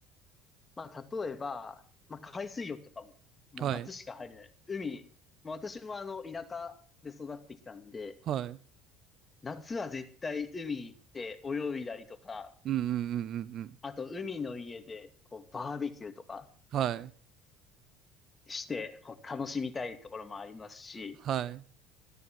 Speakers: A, on the left; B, on the right.
A: まあ、例えば、まあ、海水浴とかも、もう夏しか入れない。
B: はい、
A: 海、まあ、私もあの、田舎で育ってきたんで、
B: はい。
A: 夏は絶対海行って泳いだりとか、
B: うんうんうんうんうん。
A: あと、海の家で、こう、バーベキューとか
B: はい、
A: して、こう、楽しみたいところもありますし、
B: はい。